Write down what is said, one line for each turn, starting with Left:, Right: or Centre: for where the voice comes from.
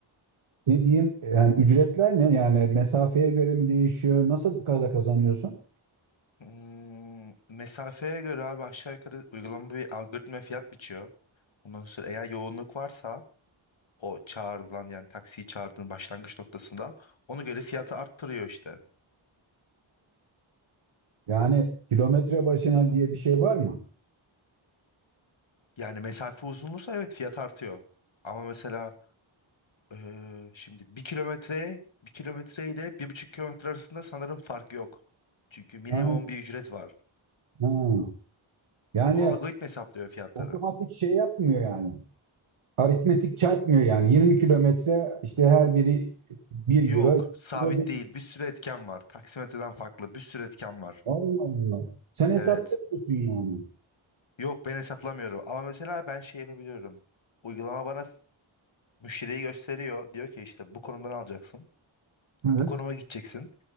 Right: ne diyeyim? Yani ücretler ne? Yani mesafeye göre mi değişiyor? Nasıl bu kadar kazanıyorsun?
Left: Hmm, mesafeye göre abi aşağı yukarı uygulama bir algoritma fiyat biçiyor. Ondan sonra eğer yoğunluk varsa o çağrılan yani taksiyi çağırdığın başlangıç noktasında ona göre fiyatı arttırıyor işte.
Right: Yani kilometre başına diye bir şey var mı?
Left: Yani mesafe uzun olursa evet fiyat artıyor. Ama mesela Ee, şimdi bir kilometre, bir kilometre ile bir buçuk kilometre arasında sanırım fark yok. Çünkü minimum
Right: Ha,
Left: bir ücret var.
Right: ha. Yani
Left: Onu algoritma hesaplıyor fiyatları.
Right: otomatik şey yapmıyor yani. aritmetik çarpmıyor yani. 20 kilometre işte her biri bir
Left: Yok,
Right: euro. iki
Left: sabit
Right: euro değil.
Left: değil. Bir sürü etken var. Taksimetreden farklı bir sürü etken var.
Right: Allah Allah. Sen hesap
Left: Evet.
Right: yapıyorsun yani.
Left: Yok ben hesaplamıyorum. Ama mesela ben şey yapabiliyorum. Uygulama bana f- müşteriyi gösteriyor. Diyor ki işte bu konumdan alacaksın.
Right: Evet.
Left: Bu konuma gideceksin.